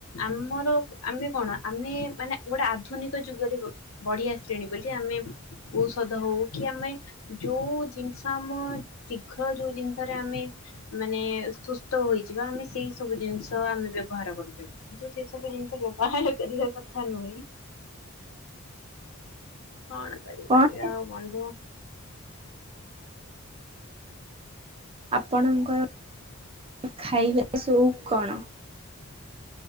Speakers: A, on the left; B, on the right.
A: ଆମର ଆମେ କଣ ଆମେ ମାନେ ଗୋଟେ ଆଧୁନିକ ଯୁଗରେ ବ ବଢିଆସିଲେଣି, ବୋଲି ଆମେ ଔଷଧ ହଉ କି ଆମେ ଯୋଉ ଜିନିଷ ଆମ ଶୀଘ୍ର ଯୋଉ ଜିନିଷରେ ଆମେ ମାନେ ସୁସ୍ତ ହୋଇଯିବା, ଆମେ ସେଇ ସବୁ ଜିନିଷ ଆମେ ବ୍ୟବହାର କରୁଚନ୍ତି। କିନ୍ତୁ ସେ ସବୁ ଜିନିଷ ବ୍ୟବହାର କରିବା କଥା ନୁହେଁ। କଣ କରିପାରିବା
B: କଣ
A: ଆଉ ବନ୍ଧୁ।
B: ଆପଣଙ୍କର ଖାଇବା ସଉକ୍ କଣ?